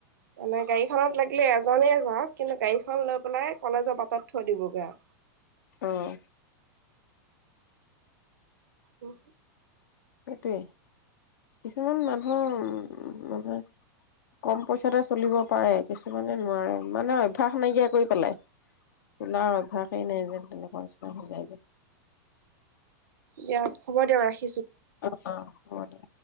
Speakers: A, on the right; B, on the left.
A: মানে গাড়ীখনত লাগিলে এজনে যাওক কিন্তু গাড়ীখন লৈ পেলাই কলেজৰ পাতত থৈ দিবগৈ-
B: অঁ
A: উম
B: সেইটোৱে কিছুমান মানুহ উ মানে কম পইচাতে চলিব পাৰে কিছুমানে নোৱাৰে মানে অভ্যাস নাইকিয়া কৰি পেলাই চলাৰ অভ্যাসেই নাই যেন তেনেকা খৰচা হৈ যাই গৈ
A: দিয়া হ'ব দিয়ক ৰাখ
B: অ হব দে